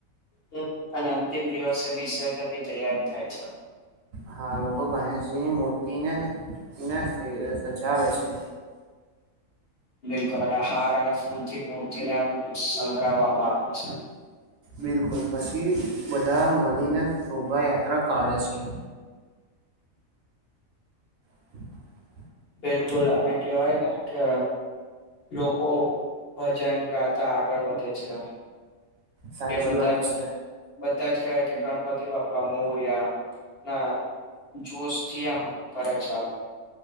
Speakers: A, on the left; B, on the right.
A: હ અને અંતિમ દિવસે વિસર્જન ની તૈયારી થાય છે.
B: હા લોકો ગણેશજીની મૂર્તિને ને સજાવે છે.
A: બિલકુલ અને હાર અને ફૂલથી મૂર્તિને આમ સંગ્રહવામાં આવે છે.
B: બિલકુલ પછી બધા મળીને શોભાયાત્રા કાઢે છે. <inaudible>
A: બિલકુલ અને કેવાય ને કે લોકો ભજન ગાતા આગળ વધે છે.
B: સાચી
A: કે બધા
B: વાત
A: જ
B: છે.
A: બધા જ કહે કે ગણપતિ બાપા મોર્યા. ના જોશ થી આમ કરે છે. આમ